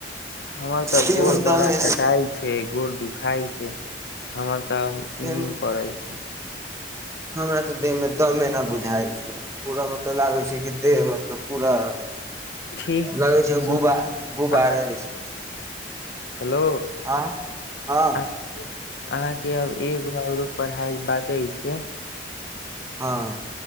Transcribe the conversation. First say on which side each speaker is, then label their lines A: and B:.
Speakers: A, on the left (about 70°); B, on the right (about 15°).
A: हमर तऽ
B: देह
A: गोर
B: मे दमे
A: बड़ा टटाई छै गोर दुखाइ छै हमर त
B: देह
A: नीन
B: मे
A: पड़इ छै
B: हमरा तऽ देहमे दमेना बुझाइ छै पूरा मतलब लागै छै कि देह मतलब पूरा
A: ठीक
B: लगै छै
A: सुन
B: गुबा गुबारा
A: अहाँ
B: जइसे छै
A: हेलो
B: हँ हँ
A: अहं अहाँके हम एगो आओरो पढ़ाई बात बताइ छी
B: हँ